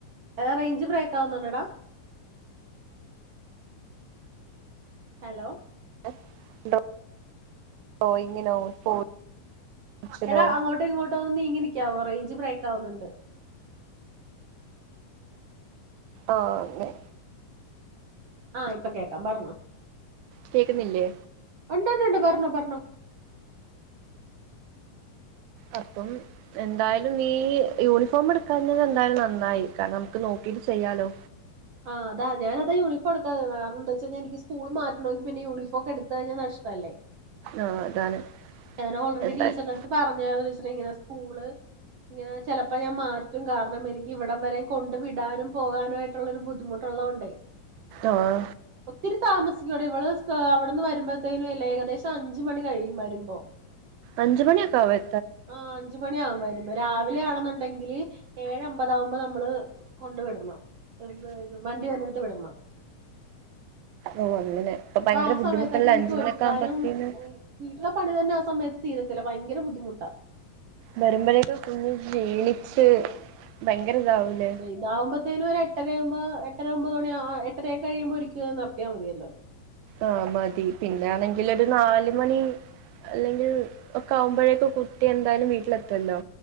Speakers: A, on the right; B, on the right.
A: റെയ്ഞ്ച് ബ്രേക്ക് ആവുന്നുണ്ടെടാ. ഹലോ
B: <inaudible> ഫംഗ്ഷനോ
A: എടാ അങ്ങോട്ടോ ഇങ്ങോട്ടോ ഒന്ന് നീങ്ങിനിക്ക്യവോ റേഞ്ച് ബ്രേക്കാവുന്നുണ്ട്
B: ആഹ് ങ്ങേ
A: ആഹ് ഇപ്പോ കെക്കാം പറഞ്ഞോ
B: കെക്ക്ന്നില്ലെ
A: ഉണ്ട്ണ്ടുണ്ട് പറഞ്ഞോ പറഞ്ഞോ
B: അർപ്പം എന്തായാലും നീ യൂണിഫോം എടുക്കാഞ്ഞത് എന്തായാലും നന്നായി കാരണം നമുക്ക് നോക്കീട്ട് ചെയ്യാലോ
A: ആഹ് അതാ ഞാനതാ യണിഫോം എടുക്കാത കാര്ണം എന്തച്ച കഴിഞ്ഞ എനിക്ക് സ്കൂൾ മാറ്റണങ്കി പിന്നെ യൂണഫോക്കെ എടുത്ത് കഴിഞ്ഞാ നഷ്ടല്ലേ
B: ആഹ് അതാണ്
A: ഞാൻ ഓൾറെഡി
B: എന്തായാലും
A: ടീച്ചറിന്റെ അടുത്ത് പറഞ്ഞാരുന്നു ടീച്ചർ ഇങ്ങനെ സ്കൂള് ഇങ്ങനെ ചെലപ്പോ ഞാൻ മാറ്റും കാരണം എനിക്ക് ഇവിടം വരെ കോണ്ട് വിടാനും പോകാനും ആയിട ട്ടുള്ള ഒരു ബദ്ധിമുട്ടുള്ളോണ്ടെ
B: ആഹ്
A: ഒത്തിരി താമസിക്കോടി ഇവള് സ്‌ക അവിടുന്ന് വരുമ്പോഴത്തേനുല്ലെ ഏകദേശം അഞ്ച് മണി കഴിയും വരുമ്പോ
B: അഞ്ച് മണിയോക്കാവും എ
A: ആഹ് അഞ്ച് മണിയാവും വരുമ്പോ രാവിലെ ആണെന്നുണ്ടെങ്കില് ഏഴ അമ്പതാകുമ്പോ നമ്മള് കോണ്ട് വിടണം ഇത് ഇത് വണ്ടി വരുന്നെടുത്ത് വിടണം
B: ഓ അങ്ങനാ ഇപ്പൊ
A: അപ്പൊ
B: ഭയങ്കര
A: ആ
B: ബുദ്ധിമുട്ടുള്ള
A: സമയത്തൊക്കെ എനിക്ക്
B: അഞ്ച്
A: ഒരുക്കാനും
B: മണിയൊക്കെ ആവുമ്പത്തിന്
A: ഈ വീട്ടിലെ പണി തന്നെ ആ സമയത്ത് തീരത്തില്ല ഭയങ്കര ബുദ്ധിമുട്ടാ
B: വരുമ്പഴേക്ക് കുഞ്ഞ് ക്ഷീണിച്ച് ഭയങ്കര ഇതാവൂലേ
A: ഇതാവുമ്പത്തിന് ഒരു എട്ടരയാമ്പോ എട്ടര ഒമ്പത് മണി ആഹ് എട്ടരയക്കെ കഴിയുമ്പോ ഒരിക്കെ നടത്തിയാ മതിയല്ലോ
B: ആഹ് മതി പിന്നാണെങ്കിൽ ഒരു നാല് മണി അല്ലെങ്കിൽ ഒക്കെ ആവുമ്പഴേക്ക് കുട്ടി എന്തയാലും വീട്ടിലെത്തുവല്ലോ